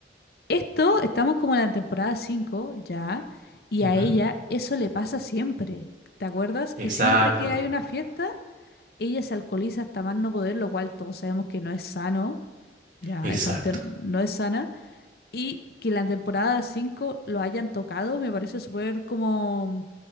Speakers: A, on the left; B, on the right.
A: esto, estamos como en la temporada 5 ya, y
B: ujú.
A: a ella eso le pasa siempre. ¿Te acuerdas que
B: Exacto,
A: siempre que hay una fiesta, ella se alcoholiza hasta más no poder, lo cual todos sabemos que no es sano? Ya,
B: exacto.
A: esa cuestión no es sana. Y que la temporada 5 lo hayan tocado me parece súper como